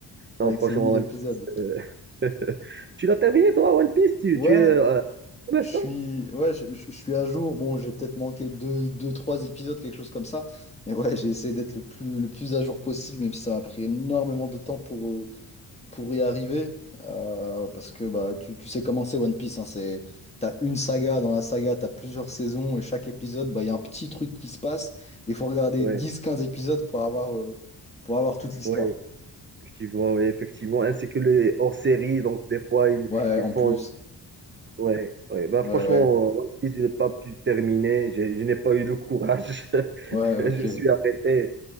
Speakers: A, on the right; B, on the left.
A: Non,
B: avec
A: franchement,
B: ses 1000
A: One
B: épisodes.
A: Piece. euh, <laughs> Tu l'as terminé, toi, One Piece? Tu,
B: Ouais.
A: tu es euh, pour l'instant?
B: Je suis, ouais, je, je- je suis à jour. Bon, j'ai peut-être manqué deux, deux, trois épisodes, quelque chose comme ça. Mais ouais, j'ai essayé d'être le plus, le plus à jour possible, même si ça m'a pris énormément de temps pour, euh, pour y arriver. Euh, parce que bah, tu, tu sais comment c'est One Piece. Hein, c'est, t'as une saga, dans la saga, t'as plusieurs saisons, et chaque épisode, bah, il y a un petit truc qui se passe. Il faut regarder
A: Oui,
B: dix quinze épisodes pour avoir, euh, pour avoir toute l'histoire.
A: oui, effectivement, oui, effectivement. Ainsi que les hors-séries, donc des fois, ils,
B: Ouais, en
A: ils font.
B: plus.
A: Ouais, ouais. Bah,
B: Ouais,
A: franchement,
B: ouais.
A: One Piece, je n'ai pas pu terminer. J'ai- Je, n'ai pas eu le courage. <laughs>
B: Ouais, ok.
A: Je me suis arrêté.